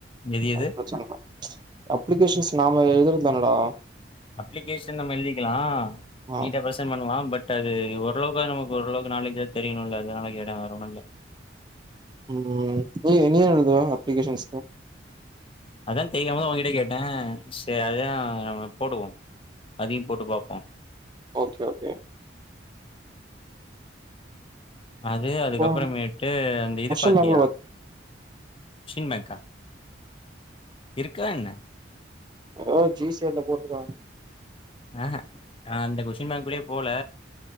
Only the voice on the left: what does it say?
எது எது
அப்ளிகேஷன் நம்ம எழுதிக்கலாம
நீட்டா பிரசன் பண்ணுலா பட் பட் அது ஓரளவுக்க நமக்கு ஓரளவுக்கு நாலேஜா தெரியணுல்ல அதனால கேடா வேற ஓன்னுல
அதான் தெரியாம உங்கிட்ட கேட்டே சரி அததான் போடுவோ அதையு போட்டு பாப்போ
அது அதுக்கப்புறமேட்டு
அந்த இது
பாத்தியா
ஷின் மேக்கா இருக்கா என்ன
ஆஹ் அந்த கொஷின் மார்க்குளயே போல